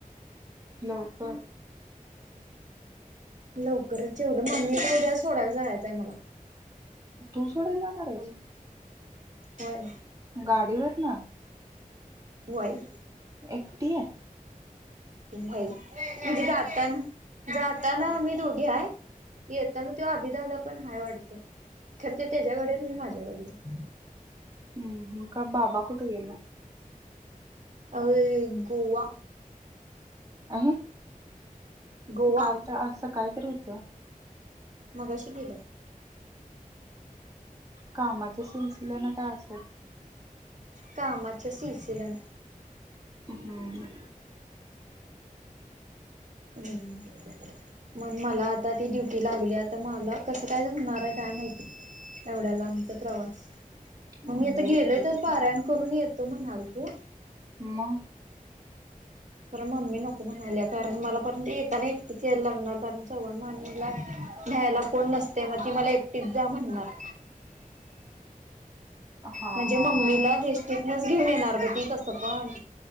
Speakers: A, on the right; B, on the right.
A: लोक.
B: लवकरच जेवलं मम्मीला उद्या सोडायला जायचं आहे मला.
A: तू सोडाय जाणार हाईस.
B: होय.
A: गाडीवर न.
B: वय.
A: एकटी आहे.
B: व्हय म्हणजे जाताना, जाताना आम्ही दोघी हाय. येताना त्यो अभि दादा पण हाय वाटतं, खर त्यो त्याच्या गाडीवर मी माझ्या गाडीवर.
A: हम् हम्म का बाबा कुठ गेल्यात?
B: अ गोवा.
A: आहे,
B: गोवा
A: काल तर आज सकाळी तर होतं.
B: मगाशी गेल्यात.
A: कामाच्या सिलसिल्या न का असच?
B: कामाच्या सिलसील्या न.
A: हम्म.
B: हम, मग मला आता ती ड्युटी लागल्या. आता मला कसं काय जमणार आहे काय माहिती, एवढ्या लांबचा प्रवास.
A: हम्म.
B: म मी आता
A: गेलतो
B: गेलोय तर
A: की
B: पारायण करून येतो म्हणाल तो.
A: म.
B: बर मम्मी नको म्हणाल्या कारण मला पर्यंत येताना एकटच यायला लागणार कारण चव्हाण मानीला न्यायला कोण नसतय म ती मला एकटीच जा म्हणणार.
A: हा
B: म्हणजे
A: हा
B: मम्मीला
A: हा.
B: येस्टीनस घेऊन येणार ग ती तसं पण.